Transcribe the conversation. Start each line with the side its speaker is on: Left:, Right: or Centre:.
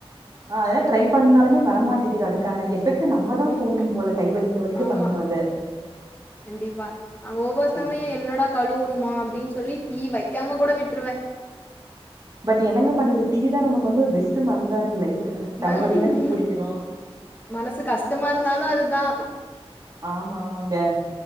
Right: ஆ அதெல்லா ட்ரை பண்ணாலுமே வர மாட்டிக்குது அதுக்கான எஃபெக்ட் த்து நம்பதா
Left: ம்
Right: போட்ணு போல கை வலிக்க வலிக்க
Left: ஆமா
Right: பண்ணணு அத
Left: கண்டிப்பா ஒவ்வொரு
Right: சேரி
Left: சமயோ என்னடா கழுவுணுமா அப்படின்னு சொல்லி டீ வெக்காம கூட விட்ருவ
Right: பட் என்னங்க பண்றது டீ தா நமக்கு வந்து பெஸ்ட் மருந்தா இருக்கு லைஃபுக்கு நமக்கு தலவலின்னா
Left: ம-
Right: டீ குடிக்கறோ
Left: மனசு கஷ்டமா இருந்தாலு அதுதா
Right: ஆமா ஆமாங்க